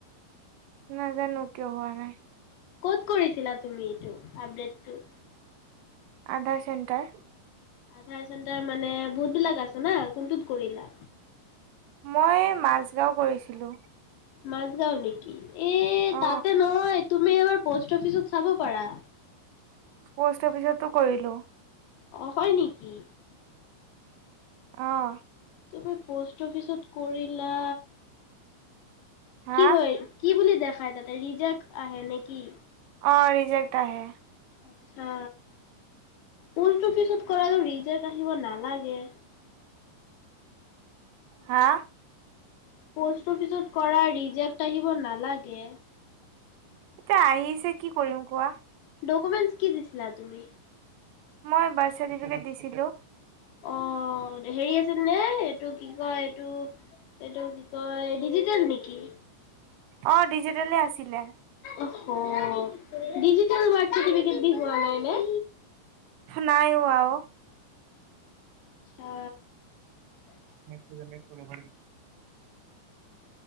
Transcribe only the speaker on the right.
নাজানোঁ কিয় হোৱা নাই।
আধাৰ চেণ্টাৰ।
মই মাছগাঁও কৰিছিলোঁ।
অ
পষ্ট অফিচতটো কৰিলোঁ।
অ'
হা
অঁ ৰিজেক্ট আহে।
হা
তে আহিছে কি কৰিম কোৱা?
মই বাৰ্থচাৰ্টিফিকেট দিছিলো।
অ ডিজিটেলে আছিলে।
নাই হোৱা অ
মমে ভৰি <unintelligible>